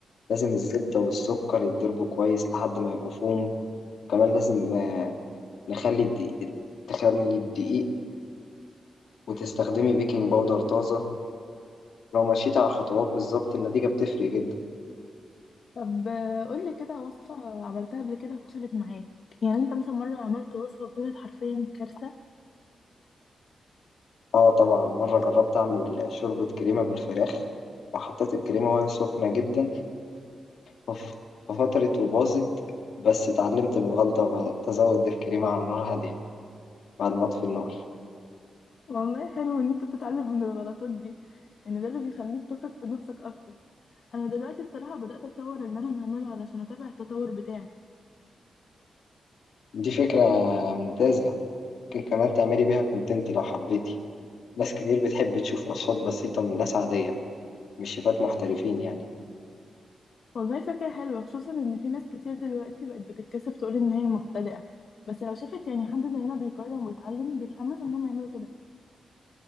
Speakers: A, on the left; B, on the left.
A: لازم الزبدة والسكر يتضربوا كويس لحد ما يبقوا فوم كمان لازم آه، نخلي الدقيق تخلي الدقيق وتستخدمي بيكنج باودر طازة لو مشيت على الخطوات بالظبط النتيجة بتفرق جدا
B: طب آه، قولي كده وصفة عملتها قبل كده وفشلت معاك يعني انت مثلا مرة عملت وصفة وطلعت حرفيا كارثة
A: اه طبعا مرة جربت أعمل شوربة كريمة بالفراخ وحطيت الكريمة وهي سخنة جدا فف- ففترت وباظت بس اتعلمت من الغلطة وبدأت أزود الكريمة على نار هادية بعد ما أطفي النار
B: والله حلو ان انت بتتعلم من الغلطات دي ان ده اللي بيخليك تثق في نفسك اكتر انا دلوقتي الصراحة بدأت اصور اللي انا بعمله علشان اتابع التطور بتاعي
A: دي فكرة ممتازة ممكن كمان تعملي بيها كونتنت لو حبيتي ناس كتير بتحب تشوف وصفات بسيطة من ناس عادية مش شيفات محترفين يعني
B: والله فكرة حلوة خصوصا ان في ناس كتير دلوقتي بقت بتتكسف تقول ان هي مبتدئة بس لو شافت يعني حد زينا بيجرب ويتعلم بيتحمس انهم يعملوا كده